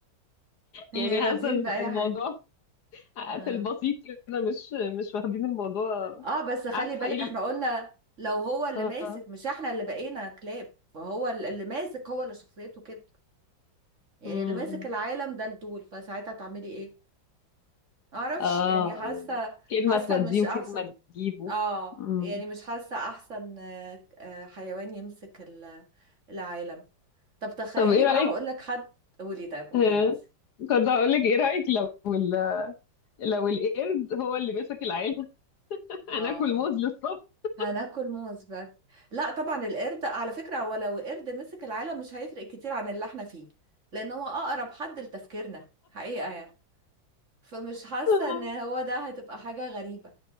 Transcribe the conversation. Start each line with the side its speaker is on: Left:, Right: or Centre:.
Right: يعني
Left: يعني
Right: راضيين
Left: حاسه إن
Right: بأي
Left: الموضوع
Right: حاجة اه
Left: في البسيط كده مش مش واخدين الموضوع
Right: آه، بس خلي
Left: عارفه
Right: بالك
Left: ايه ال-
Right: احنا قلنا لو هو اللي
Left: اه
Right: ماسك مش احنا اللي بقينا كلاب فهو ال- اللي ماسك هو اللي شخصيته كده يعني
Left: امم
Right: اللي ماسك العالم ده الدول فساعتها تعملي ايه؟ معرفش
Left: اه
Right: يعني
Left: آه.
Right: حاسة
Left: كلمه
Right: حاسة
Left: توديه
Right: مش
Left: وكلمه
Right: احسن
Left: تجيبه
Right: اه
Left: امم
Right: يعني مش حاسة احسن آه، آه، حيوان يمسك ال- العالم طب تخيلي
Left: طب ايه رايك
Right: بقى هقول لك حد قولي طيب
Left: <laughs>
Right: قولي
Left: آه،
Right: انت
Left: كنت هقول لك ايه رايك لو ال... لو القرد هو اللي مسك العيله <laughs> هناكل
Right: اه آه.
Left: موز للصبح <laughs>
Right: هناكل موز بقى لا طبعا القرد على فكرة هو لو قرد مسك العالم مش هيفرق كتير عن اللي احنا فيه لان هو اقرب حد لتفكيرنا حقيقة يعني فمش حاسة
Left: آه.
Right: ان هو ده هتبقى حاجة غريبة